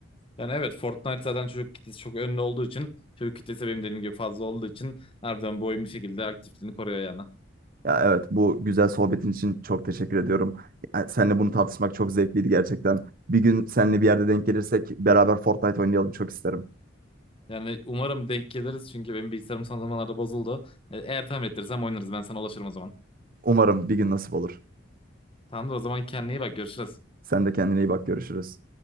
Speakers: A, on the left (about 25°); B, on the right (about 45°).
A: Yani evet Fortnite zaten çocuk kitlesi çok önde olduğu için çocuk kitlesi benim dediğim gibi fazla olduğu için harbiden bu oyun bir şekilde aktifliğini koruyor yani.
B: Ya evet bu güzel sohbetin için çok teşekkür ediyorum. Yani seninle bunu tartışmak çok zevkliydi gerçekten. Bir gün seninle bir yerde denk gelirsek beraber Fortnite oynayalım çok isterim.
A: Yani umarım denk geliriz çünkü benim bilgisayarım son zamanlarda bozuldu. E, Eğer tamir ettirirsem oynarız ben sana ulaşırım o zaman.
B: Umarım bir gün nasip olur.
A: Tamamdır o zaman kendine iyi bak görüşürüz.
B: Sen de kendine iyi bak görüşürüz.